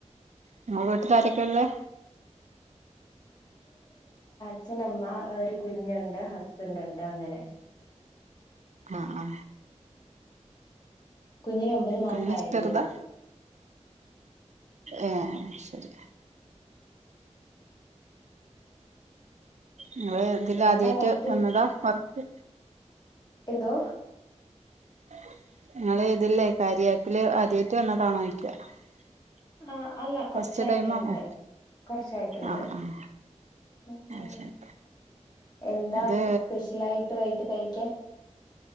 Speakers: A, on the right; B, on the left.
A: നിങ്ങള വീട്ടില് ആരൊക്കെയാ ഉള്ളെ?
B: അച്ഛൻ അമ്മ ഒരു കുഞ്ഞൊണ്ട് ഹസ്ബെൻ്റുണ്ട് അങ്ങനെ
A: ആ ആ
B: കുഞ്ഞിന് ഒമ്പത് മാസം
A: കുഞ്ഞ്
B: ആയതേ
A: ചെറുതാ
B: ഉള്ളൂ
A: ആഹ് അത് ശെരി ഇങ്ങള് ഇതില്
B: എന്താ
A: ആദ്യായിട്ട്
B: വൈകിട്ട്
A: വന്നതാ വർക്ക്
B: എന്തോ
A: <unintelligible>
B: ആ അല്ല കൊറച്ചായിട്ടിണ്ട്
A: ഫസ്റ്റ് ടൈം ആണോ
B: കൊറച്ചായിട്ടിണ്ട്
A: ആഹ് ആഹ്
B: പിന്നെ
A: അത് ശരി
B: എന്താ
A: ഇത്
B: സ്പെഷ്യലായിട്ട് വൈകിട്ട് കഴി ക്കാൻ.